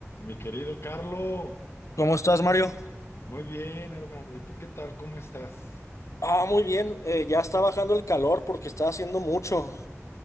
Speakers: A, on the left (about 60°); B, on the left (about 85°).
A: Mi querido Carlo,
B: ¿Cómo estás, Mario?
A: muy bien, hermano. ¿Y tú qué tal? ¿Cómo estás?
B: Ah, muy bien. eh, ya está bajando el calor porque está haciendo mucho.